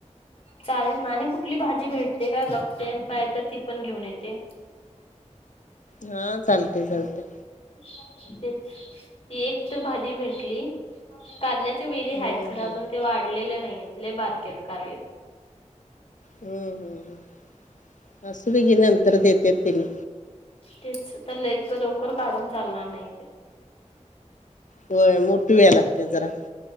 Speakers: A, on the left; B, on the left.
A: चालेल मग आणि कुठली भाजी भेटते काय बघते, पाय तर ती पण घेऊन येते.
B: हा चालतय चालतय.
A: तेच, ती एक तर भाजी भेटली. कारल्याचे वेली आहेत,
B: हम्म
A: खरं अजून ते वाढलेले नाहीयेत लय बारके आहेत कारले.
B: हम्म हम्म हम्म असू दे की नंतर देतेत तेनी
A: तेच आता लवकर काढून चालणार नाही ते.
B: होय मोठ व्या लागते जरा.